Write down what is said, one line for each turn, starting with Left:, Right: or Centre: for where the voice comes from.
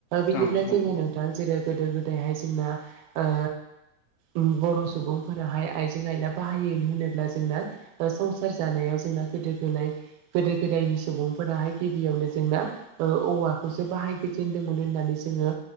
Right: बिदिब्ला
Left: औ जागोन
Right: जोङो
Left: दे
Right: नोंथां जेरै गोदो गोदायहाय जोंना ओ ओम बर' सुबुंफोराहाय आइजें आइला बाहायोन होनोब्ला जोंना ओ संसार जानायाव जोंना गोदो गोलाय गोदो गोदायनि सुबुंफोराहाय गिबियावनो जोंना ओ औवाखौसो बाहायगोजेनदोंमोन होननानै जोङो